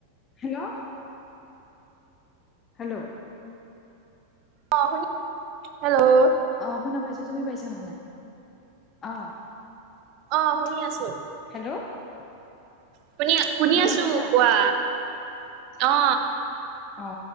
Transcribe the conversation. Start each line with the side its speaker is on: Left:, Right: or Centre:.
Left: Hello. Hello.
Right: অ শুনি হেল্ল'
Left: আহ শুনা পাইছো তুমি পাইছা নহাই আহ
Right: অ শুনি আছো।
Left: হেল্ল'।
Right: শুনি শুনি
Left: শুনা
Right: আছো
Left: পাইছা
Right: কোৱা অ।
Left: অ